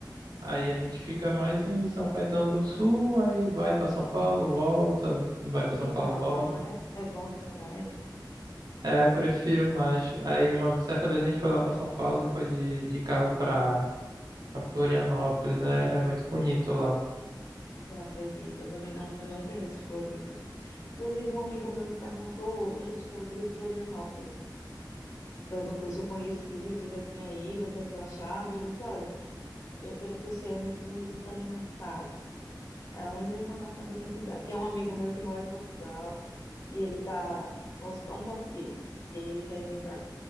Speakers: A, on the right (about 55°); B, on the left (about 40°).
A: aí a gente fica mais em São Caetano do Sul, aí vai para São Paulo, volta, vai para
B: é um
A: São
B: litoralzão,
A: Paulo, volta.
B: né? É bom, né? Praia,
A: É, eu prefiro mais. Aí uma certa vez a gente foi lá pra São Paulo e foi de, de carro pra, pra Florianópolis. né? É, muito bonito lá.
B: eu acredito. Eu também não, eu não conheço Floripa. Inclusive, um amigo meu me perguntou hoje sobre Florianópolis. Perguntou se eu conhecia, se eu já tinha ido, o que é que eu achava. Eu disse, olha, Eu, pelo que eu sei, é muito bonito e também muito caro. É a única informação que eu tenho que dar. Que é um amigo meu que mora em Portugal e ele tá, é um é um português. E aí ele quer vir para